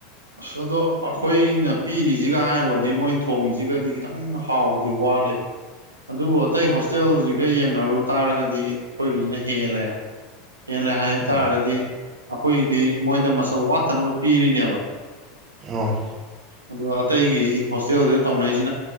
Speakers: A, on the right (about 85°); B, on the right (about 35°).
A: ꯑꯁ ꯑꯗꯣ ꯑꯩꯈꯣꯏꯅ ꯄꯤꯔꯤꯁꯤꯒ ꯍꯥꯏꯔꯨꯔꯗꯤ ꯃꯣꯏꯅ ꯊꯣꯡꯉꯤꯁꯤꯒꯗꯤ ꯈꯤꯇꯪ ꯍꯥꯎꯕꯗꯤ ꯋꯥꯠꯂꯤ
B: <inaudible>
A: ꯑꯗꯨꯕꯨ ꯑꯇꯩ ꯍꯣꯁꯇꯦꯜꯁꯤꯒ ꯌꯦꯡꯅꯔꯨ ꯇꯥꯔꯒꯗꯤ ꯑꯩꯈꯣꯏꯒꯤꯁꯤꯅ ꯍꯦꯜꯂꯦ ꯍꯦꯜꯂꯦ ꯍꯥꯏꯇꯥꯥꯔꯒꯗꯤ
B: ꯑꯣ
A: ꯑꯩꯈꯣꯏꯒꯤꯗꯤ ꯃꯣꯏꯗ ꯃꯆꯜ ꯋꯥꯠꯇꯅꯕ ꯄꯤꯔꯤꯅꯦꯕ
B: ꯑꫭ
A: ꯑꯗꯨꯒ ꯑꯇꯩꯒꯤ ꯍꯣꯁꯇꯦꯜꯗꯒ ꯇꯧꯅꯩꯖꯤ